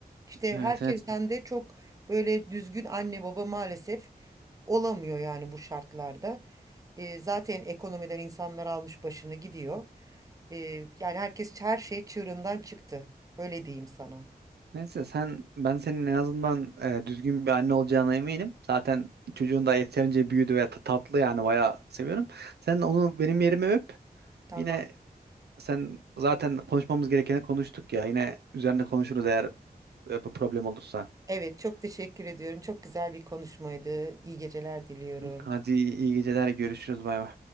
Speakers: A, on the right (about 20°); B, on the right (about 85°).
A: İşte
B: Evet
A: herkesten
B: evet.
A: de çok böyle düzgün anne baba maalesef olamıyor yani bu şartlarda. Ee, zaten ekonomiden insanlar almış başını gidiyor. Ee, yani herkes her şey çığırından çıktı. Öyle diyeyim sana.
B: Neyse sen ben senin en azından e, düzgün bir anne olacağına eminim. Zaten çocuğun da yeterince büyüdü ve ta- tatlı yani bayağı seviyorum. Sen onu benim yerime öp.
A: Tamam.
B: Yine sen zaten konuşmamız gerekeni konuştuk ya. Yine üzerine konuşuruz eğer e, bu problem olursa.
A: Evet, çok teşekkür ediyorum. Çok güzel bir konuşmaydı. İyi geceler diliyorum.
B: Hadi iyi geceler görüşürüz bay bay.